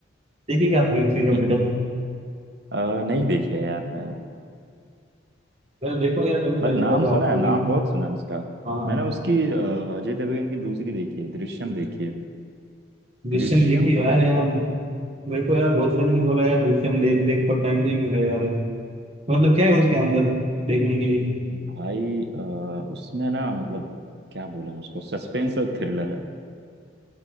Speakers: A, on the right; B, on the right.
A: देखिए क्या आपने सिंगम
B: <laughs>
A: रिटर्न
B: अ, नहीं देखी है यार मैं
A: यार देखो यार कभी
B: बट
A: टाइम
B: नाम
A: मिला
B: सुना
A: तो आपको
B: है नाम
A: भी
B: बहुत सुना है उसका
A: हाँ
B: मैंने उसकी अ, अजय देवगन की दूसरी देखी है दृश्यम देखी है
A: दृश्यम
B: दृश्यम
A: देखिए
B: बहुत
A: यार यार
B: सही
A: मेरे
B: है
A: को यार बहुत जन ने बोला यार दृश्यम देख देख पर टाइम नहीं मिला यार मतलब क्या है उसके अंदर देखने के लिए
B: भाई अ, उसमें ना मतलब क्या बोले उसको सस्पेंस और थ्रिलर है